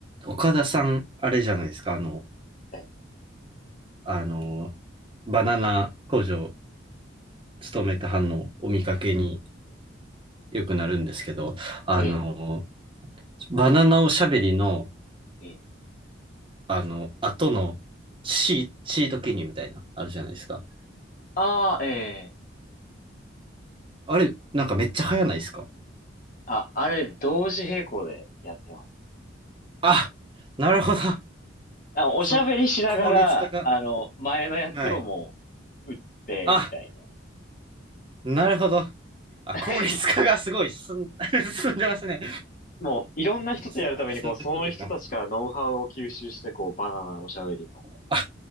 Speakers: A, on the right (about 25°); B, on the left (about 45°).
A: 岡田さん、あれじゃないですか、あの、
B: ええ、
A: あの、バナナ工場勤めた班のお見かけによくなるんですけど、あの、
B: ええ、
A: バナナおしゃべりの、
B: ええ。
A: あの、後のシー、シート記入みたいな、あるじゃないですか。
B: ああ、ええ。
A: あれ、なんかめっちゃ早ないですか
B: あ、あれ、同時並行でやってます。
A: あ、なるほど。
B: あ、おしゃべりしながら、
A: そう、効率化が、
B: あの、前のやつをも
A: はい。
B: う、打って、
A: あ、
B: みたいな。
A: なるほど。あ、
B: <laughs>
A: 効率化がすごい進ん、<laughs> 進んでますね。
B: もう、いろんな人とやるために、
A: そ、そういうことか。
B: こう、その人たちからノウハウを吸収して、こう、バナナおしゃべり
A: <laughs> あ